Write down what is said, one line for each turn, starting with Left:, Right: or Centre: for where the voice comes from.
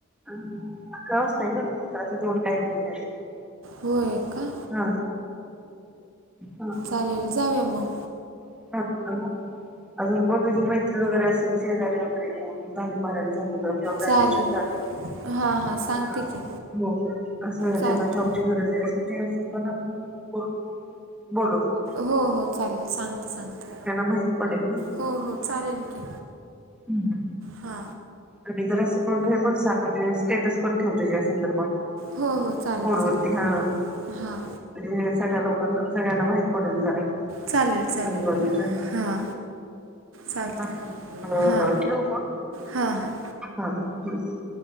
Centre: अ अकरा वाजता हाय ग अकरा ते दोन टाईमिंग दिलाय त्यांनी -
Right: होय का
Centre: हां हां
Right: चालेलं जावूया म
Centre: <unintelligible> अजून कोण तुझी मैत्रीण वगैरे असेल शेजारी वगैरे कोण दहावी बारावी झालेलं
Right: चालेल हां हां सांगते
Centre: <unintelligible>
Right: की
Centre: हो अस ज्यांना
Right: चालते
Centre: जॉबची गरज हाय असे ते असेल त्यांना पण बोल बोलावं बोल
Right: हो हो चालेल सांगते सांगते
Centre: माहित पडेल ना
Right: हो हो चालेल की,
Centre: हम्म
Right: हा
Centre: आणि जरासं मग हे पण सांग म्हणजे स्टेटस पण ठेव त्याज्या या संदर्भात
Right: हो हो चालेल
Centre: फोनवरती
Right: चालेल
Centre: हा
Right: हां
Centre: म्हणजे सगळ्या लोकांना सगळ्यांना माहित पडल जरा
Right: चालेल चालेल
Centre: आजूबाजूच्या.
Right: हां चालतय
Centre: चालेल मग. हो
Right: हां
Centre: ठेवू मग
Right: हा हा
Centre: हा <unintelligible>